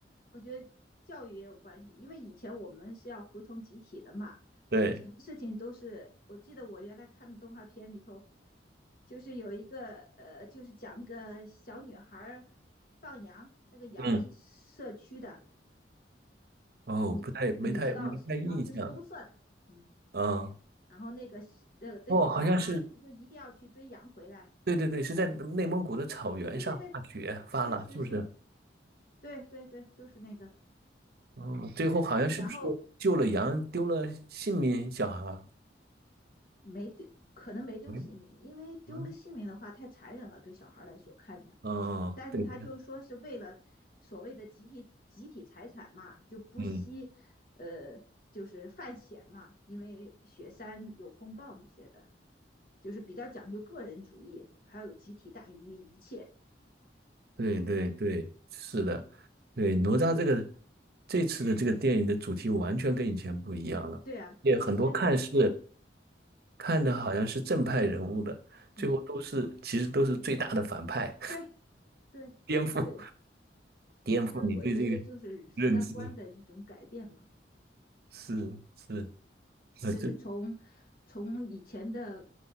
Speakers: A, on the left; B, on the right.
A: 我觉得教育也有关系，因为以前我们是要服从集体的嘛，
B: 对，
A: 什么事情都是。我记得我原来看的动画片里头，就是有一个呃，就是讲那个小女孩放羊，那个羊是社区的，
B: 嗯，哦，
A: 你你知道什么啊？
B: 不太没太没太印象，
A: 就是公社的，嗯。
B: 嗯，
A: 然后那个那个那个跑啦，
B: 哦，好像是，
A: 他就一定要去追羊回来。
B: 对对对，是在内蒙古的草原上大雪发了，
A: 对对对，是是是，
B: 是不是？
A: 对对对，就是那个。
B: 哦，最后好像是不是救了羊，
A: 然后
B: 丢了性命，小孩儿？
A: 没丢，可能没丢性命，
B: 嗯
A: 因为丢了性命的话太残忍了，
B: 嗯，
A: 对小孩来说看着。
B: 嗯对，
A: 但是他就说是为了所谓的集体集体财产嘛，就不惜，
B: 嗯，
A: 呃，就是犯险嘛，因为雪山有风暴那些的，就是比较讲究个人主义，还有集体大于一切。
B: 对对对，是的，对，哪吒这个这次的这个电影的主题完全跟以前不一样了，
A: 对啊，
B: 也很多看似
A: 因为现在，
B: 看的好像是正派人物的，
A: 嗯
B: 最后都是其实都是最大的反派，
A: 嗯，对对
B: <laughs> 颠覆
A: 对，
B: 颠覆你对这个
A: 其实我觉得就是三观的一种改变嘛。
B: 认知，是是，那这
A: 就是从从以前的